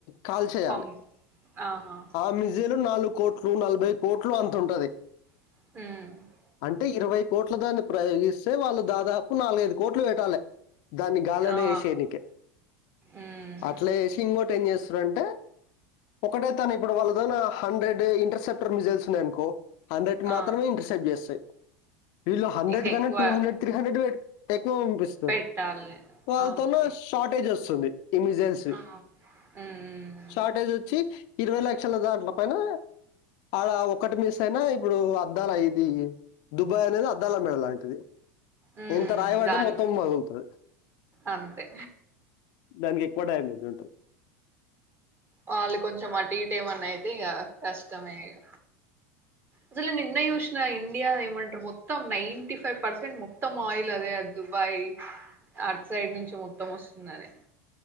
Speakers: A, on the left; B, on the right.
A: కాల్చేయాలి
B: పం ఆహా
A: ఆ మిజైలు నాలుగు కోట్లు నలభై కోట్లు అంత ఉంటది
B: హమ్
A: అంటే ఇరవై కోట్ల దాన్ని ప్రయోగిస్తే వాళ్ళు దాదాపు నాలుగైదు కోట్లు వేట్టాలి దాన్ని గాల్లోన
B: ఆ
A: ఏసైనికె
B: ఉమ్
A: అట్లా వేసి ఇంకోటి ఏం చేస్త శ్రంటే ఒకటే తను ఇప్పుడు వాళ్ళతోనా హండ్రెడ్ ఇంటర్సెప్టర్ మిజైల్స్ ఉన్నాయనుకో హండ్రెడ్ మాత్రమే
B: ఆ
A: ఇంటర్సెప్ట్ చేస్ వీటీలో హండ్రెడ్
B: ఇంకెక్కువ
A: కన్నా టూ హండ్రెడ్ త్రీ హండ్రెడ్ ఎక్కువ పంపిస్తారు
B: పెట్టాలి
A: వాళ్ళతోనా
B: ఆ, ఓకే
A: షార్టేజ్ వస్తుంది వస్తుంది ఇమిజెన్స్
B: ఆ ఉమ్
A: షార్టేజ్ అచ్చి ఇరవై లక్షల దాంట్లో పైన ఆడ ఒకటి మిస్ అయినా ఇప్పుడు అద్దాలుయిది దుబాయ్ అనేది అద్దాల మేడ లాంటిది
B: ఉమ్
A: ఎంత రాయవాడ్డ
B: దానికి
A: మొత్తం పగుల్తది
B: అంతే
A: దానికి ఎక్కువ టైమింగ్ ఉంటది
B: వాళ్ళు కొంచెం అటు ఇటు ఏమన్నా అయితే ఇక కష్టమే ఇక అసలు నిన్న చూసిన ఇండియా ఏమంటారు మొత్తం నైంట ఫైవ్ పర్సెంట్ మొత్తం ఆయిల్ అదే ఆ దుబాయ్ అటు సైడ్ నుంచి మొత్తం వస్తుంది